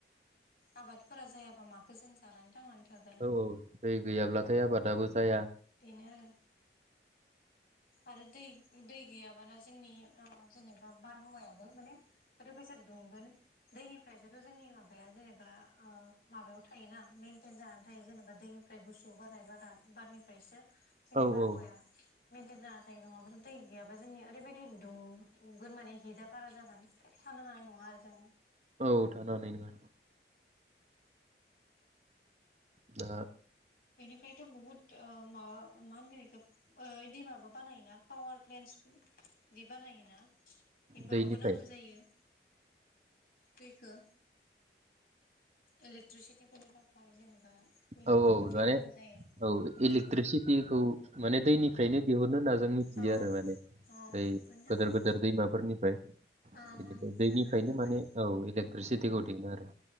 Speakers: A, on the left; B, on the right.
A: आबादफोरा जायाबा माखो जों जानानै थांनानै थागोन
B: औ औ दै गैयाब्लाथाय आबादाबो जाया
A: बेनो आरो आरो दै दै गैयाबाना जोंनि ओ जेनेबा बारहावायाबो माने ओरैबायसा दुंगोन दैनिफ्रायसोथ' जोंनि माबाया जेनेबा ओ माबायाव थायोना मेनटेन जानानै थायो जेनेबा दैनिफ्राय गुसु बारनाय बारा बारनिफ्रायसो जोंनि
B: औ
A: बारहावाया
B: औ
A: मेेनटेन जाना थायो नङाब्ला दै गैयाबा जोंनि ओरैबायदि दुंगोन माने हिटआ बारा जागोन थानो हानाय नङा आरो जों
B: औ थानो हानाय नङा दा
A: बेनिफ्रायथ' बहुद ओ माबा मा होनगोन बेखौ ओ इदि माबा बानायोना पावार प्लेेनस बिदि बानायोना बेफोरावबो
B: दैनिफ्राय
A: नांगौ जायो दैखो इलेक्ट्रिसिटिफोरनि थाखाय जेनेबा बेयावथ'
B: औ औ
A: बहुद
B: माने
A: दै नांगौ जायो
B: औ
A: उम
B: इलेक्ट्रिसिटिखौ माने दैनि फ्रायनो दिहुननो होनना जों मिथियो
A: औ
B: आरो माने
A: औ
B: बै
A: बेफोरनि थाखाय
B: गोदोर गोदोर दैमाफोरनिफ्राय
A: ओं
B: बिफ्राय
A: ओं
B: दैनिफ्रायनो
A: बेफोरनि थाखाय
B: माने औ इले ट्रिसिथिखौ दिहुनो आरो